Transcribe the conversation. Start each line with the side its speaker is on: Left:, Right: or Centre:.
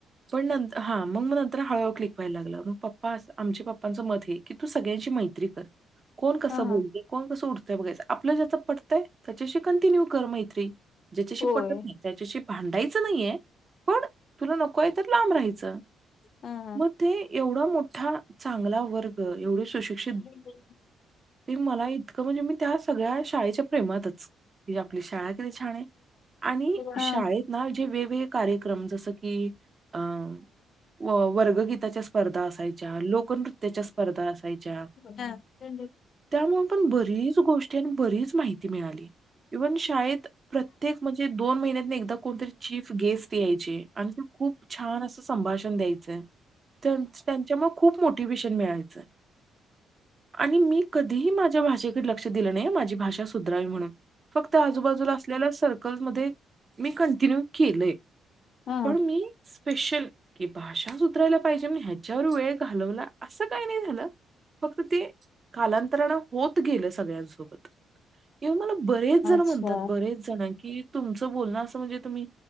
Right: पण नंत हा मग मग नंतर हळू-हळू क्लिक व्हायला लागलं मग पप्पा आमच्या पप्पांचं मत हे. की तू सगळ्यांशी मैत्री कर. कोण कसं
Left: ह
Right: बोलतय
Left: ह
Right: कोण कसं उडतंय बघायचं आपलं ज्याच पटतंय त्याच्याशी कंटिन्यू कर मैत्री. ज्याच्याशी
Left: होय
Right: पटत नाही त्याच्याशी भांडायचं नाहीये पण तुला नक य तर लांब राहायचं
Left: ह ह
Right: मग. ते एवढा मोठा चांगला वर्ग एवढे सुशिक्ष
Left: <unintelligible>
Right: ते मला इतकं म्हणजे मी त्या सगळ्या शाळेच्या प्रेमातच की आपली शाळा किती छान आहे. आणि
Left: ह
Right: शाळेत ना जे वेगवेगळे कार्यक्रम जसं की अं व वर्गगीताच्या स्पर्धा असायच्या लोकनृत्याच्या स्पर्धा असायच्या.
Left: हा. <unintelligible> <unintelligible>
Right: त्यामुळे पण बरीच गोष्टी आणि बरीच माहिती मिळाली. इव्हन शाळेत प्रत्येक म्हणजे दोन महिन्यात एकदा कोणतरी चीफ गेस्ट ते यायचे आणि ते खूप छान असं संभाषण द्यायचंय. त्यांच्यामुळे खूप मोटिवेशन मिळायचं. आणि मी कधीही माझ्या भाषेकडे लक्ष दिलं नाही माझी भाषा. भाषा सुधारावी म्हणून फक्त आजूबाजूला असलेल्या सर्कलमध्ये मी कंटिन्यू केलंय
Left: ह
Right: पण मी स्पेशल कि भाषा सुधरायला पाहिजे मग ह्याच्यावर वेळ घालवला असं काही नाही झालं. फक्त ते कालांतराण होत गेलं सगळ्यांसोबत. येऊन मला बरेच जण
Left: अच्छा
Right: म्हणतात बरेच जण कि तुमचं बोलणं असं म्हणजे तुम्ही